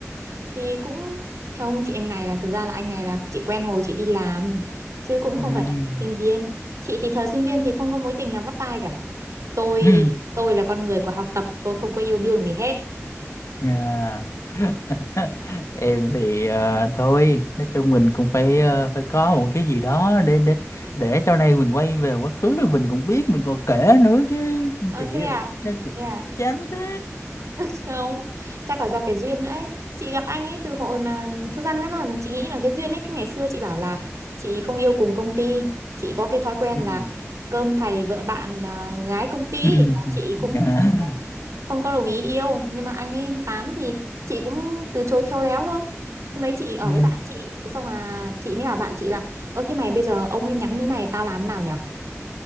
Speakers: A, on the right (about 70°); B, on the left (about 70°).
A: Thì cũng theo ông chị anh này là thực ra là anh này là chị quen hồi chị đi làm chứ cũng không
B: ừ
A: phải là sinh viên. Chị thì thời sinh viên thì không có mối tình nào vắt vai cả. Tôi
B: ừ
A: tôi là con người của học tập, tôi không có yêu đương gì hết.
B: <clears throat> à. <laughs> em thì ờ, thôi nói chung mình cũng phải ờ, phải có một cái gì đó để để để sau này mình quay về quá khứ rồi mình cũng biết mình còn kể nữa chứ
A: Ờ
B: chị
A: thế à?
B: nói chị
A: Thế à?
B: chán thế
A: <laughs> không chắc là do cái duyên nữa ấy chị gặp anh ấy từ hồi mà thực ra nó là chị nghĩ là cái duyên ấy cái ngày xưa chị bảo là chị không yêu cùng công ty chị có cái thói quen
B: ừ. <laughs>
A: là cơm thầy vợ bạn à, gái công ty
B: Ừ.
A: là chị cũng
B: À.
A: không có không có đồng ý yêu nhưng mà anh ấy tám thì chị cũng từ chối khéo léo thôi hôm đấy chị ở
B: Ừ.
A: với bạn chị thế xong là chị mới bảo bạn chị là ơ thế mày bây giờ ông ấy nhắn như này tao làm thế nào nhở